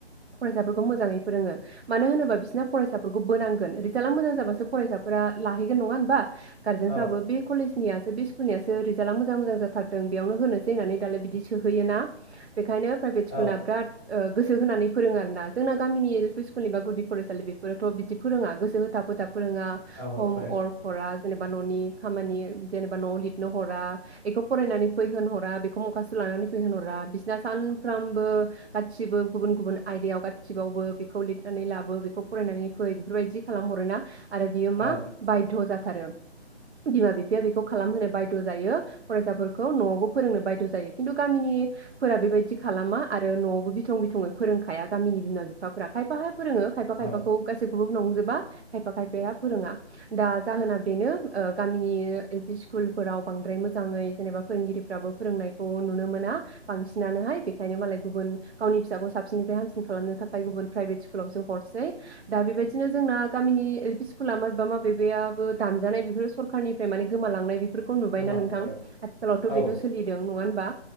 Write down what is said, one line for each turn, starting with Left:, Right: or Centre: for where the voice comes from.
Right: फरायसाफोरखौ मोजै फोरङो मानो होनोबा बिसोरना फरायसाफोरखौ बोनांगोन रिजाला मोजां जाब फ नङा होनबा गार्जेनफ्राबो
Centre: औ
Right: बे कलेजनिया बे स्कुलनियासो रिजाल्टा मोजां मोजां जाथारदों बेयावनो होनोसै होननानै दालाय बिदि सोहैयोना बेखायनो प्राइभेट
Centre: औ
Right: स्कुलना बिराद ओ गोसो होनानै फोरोङो आरो ना जोंना गामिनि एल पि स्कुनिबा गुदि फरायसालि बेफोरोथ' बिदि फोरोङा गोसो होथाब होथाब फरोंआ
Centre: औ औ
Right: हम
Centre: फोरोङा
Right: अर फरा जेनेबा न'नि खामानि जेनेबा न'आव लिरनो हरा एखौ फरायनानै फै होन हरा बेखौ माखासथ बेखौ लानानै फैहहरा बिसना सानफ्रामबो गासिबो गुबुन गुबुन आयदायाव गासिबावबो बेखौ लिरनानै लाबो बेखौ फरायनानै फै बेफोरबायदि खालाम हरोना आरो बेयो
Centre: औ
Right: मा बायद जाथारो बिमा बिफाया बेखौ खालामहोनो बायद जायो फरायसाफोरखौ न'आवबो फोरोंनो बायद जायो खिनथु गामिनि फोरा बेबायदि खालामा आरो न'आव बिथं बिथङै फोरोंखाया गामिनि बिमा बिफाफोरा खायफाया फोरोङो खायफा खायफाखौ
Centre: औ
Right: गाैसैखोबो बे नंजोबा खायफा खायफाया फोरोङा दा जाहोना बेनो ओ गामिनि एल पि स्कुलफोराव बांद्राय मोजाङै जेनेबा फोरोंगिरिफ्राबो फोरोंनायखौ नुनो मोना बांसिनानोहाय बेखायनो मालाय गुबुन गावनि फिसाखौ साबसिननिफ्राय हामसिन खालामनो थाखाय गुबुन प्राइभेट स्कुलावसो हरसै दा बेबायदिनो जोंना गामिनि एल पि स्कुला माबेबा मा बेबाबो दानजानाय बेफोर सरखारनिफ्राय माने गोमालांनाय बेफोरफोरखौ खौ नुबाय
Centre: गोमालांबाय
Right: नोंथां
Centre: औ
Right: आथिलावथ'
Centre: औ
Right: बेथ' सोलिदों नङा होन बा